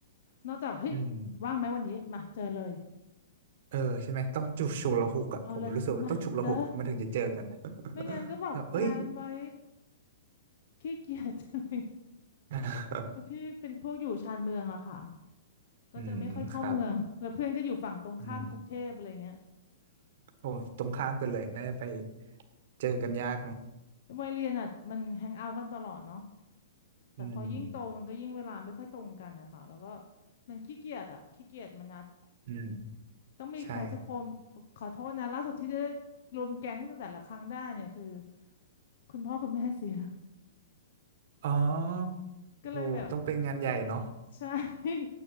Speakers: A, on the left; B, on the right.
A: นอกจากเฮ้ย
B: อืม
A: ว่างไหมวันนี้มาเจอเลย
B: เออใช่ไหมต้องจุกฉุกละหุกอ่ะผมรู้สึกว่าต้องฉุกละหุกมันถึงจะเจอกัน
A: เอาเลยมาเจอไม่งั้นก็แบบแปลนไว้
B: <laughs> แบบเอ้ย
A: ขี้เกียจ <laughs> อะไรอย่างเงี้ย
B: อ
A: แต่พี่เป็นพวกอยู่ชานเมืองอะค่ะ ก็จะไม่ค่อยเข้าเมืองแล้วเพื่อนก็อยู่ฝั่งตรงข้ามกรุงเทพอะไรเงี้ย
B: อืมครับอืมโอ้ตรงข้ามกันเลยน่าจะไปเจอกันยากเนาะ
A: วัยเรียนอ่ะมันแฮงเอาท์กันตลอดเนาะแต่พอยิ่งโตมันก็ยิ่งเวลาไม่ค่อยตรงกันอะค่ะแล้วก็
B: อืม
A: มันขี้เกียจอ่ะขี้เกียจมานัด
B: อืม
A: ต้องมีใครสักคน
B: ใช่
A: ขอโทษนะล่าสุดที่จะรวมแก๊งแต่ละครั้งได้เนี่ยคือคุณพ่อคุณแม่เสีย
B: อ๋อ
A: ก็เลยแบบ
B: โอ้ต้องเป็นงานใหญ่เนาะ
A: ใช่ <laughs>